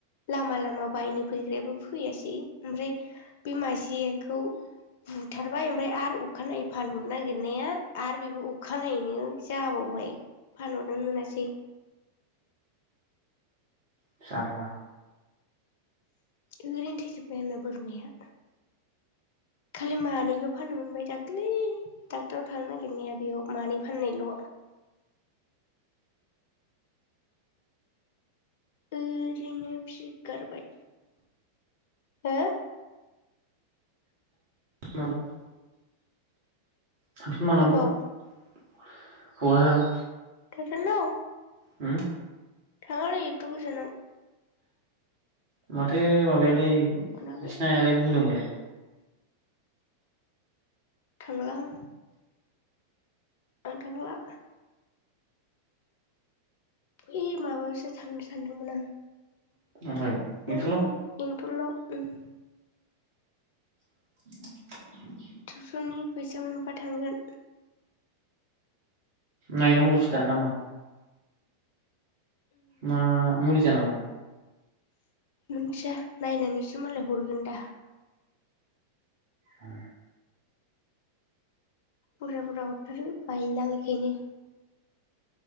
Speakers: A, on the left (about 50°); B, on the right (about 50°).
A: लामा लामा बायनो फैग्रायाबो फैयासै ओमफ्राय बे मासेखौ बुथारबाय ओमफ्राय आरो अखानायै फानहरनो नागिरनाया आरो बेबो अखानायैनो जाबावबाय फानहरोन मोनासै
B: <inaudible> जारला
A: ओरैनो थैजोब्बाय आोनना बोरमाया खालि मानैल' फाननो मोनबाय दाखलि दाख्लै दाक्टरनाव थांनो नागिरनायाबो बेयाव मानै फाननायल' ओरैनो फिगारबाय हो
B: <unintelligible> थांफिन बावनांगौ
A: अबाव
B: ककराझाराव
A: नोंसोरनाव
B: हम
A: थांआलै एथु गोजानाव
B: माथो माबायालाय नोंसिनि
A: मोनाखै
B: आइआलाय बुंदोंमोनलाय
A: थांलाआं आं थांला बै माबासो थांनो सानदोंमोन आं
B: ओमफ्राय बेंथलाव
A: मा होनो बेन्थलाव उम
B: <unintelligible>
A: टुस'ननि फैसा मोनबा थांगोन
B: नायनांगौलसो दा नामा ना मा मुलि जानांगौ
A: मिथिया नायनानैसो मालाय हरगोन दा
B: औ
A: बुरजा बुरजा हरथारो बायोलां बेखायनो